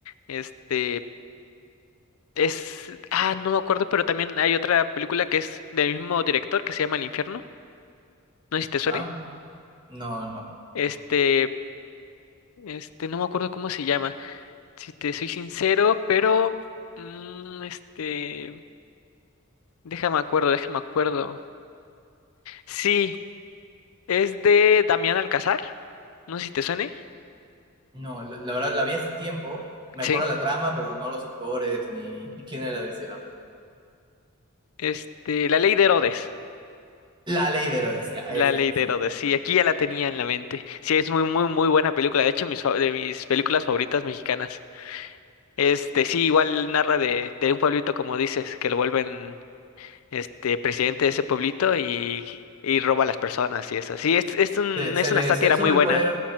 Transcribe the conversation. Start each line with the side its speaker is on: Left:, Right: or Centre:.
Left: este, es, ah, no me acuerdo, pero también hay otra película que es del mismo director que se llama El Infierno. No sé si te suene.
Right: Ah, no, no,
Left: Este, este, no me acuerdo cómo se llama. Si te soy sincero, pero, mm, este, déjame acuerdo, déjame acuerdo. Sí, es de Damián Alcázar. No sé si te suene.
Right: No, la, la verdad la vi hace tiempo. Me
Left: Sí.
Right: acuerdo la trama, pero no los actores ni quiénes la hicieron.
Left: Este, La Ley de Herodes.
Right: La ley de Herodes, ya,
Left: La
Right: esa
Left: Ley
Right: es,
Left: de
Right: sí.
Left: Herodes, sí, aquí ya la tenía en la mente. Sí, es muy, muy, muy buena película. De hecho, mis, fa- de mis películas favoritas mexicanas. Este, sí, igual narra de, de un pueblito, como dices, que lo vuelven este presidente de ese pueblito y, y roba a las personas y eso. Sí, es, es un,
Right: Se, se
Left: es
Right: le,
Left: una sátira
Right: se le sube
Left: muy buena.
Right: el poder,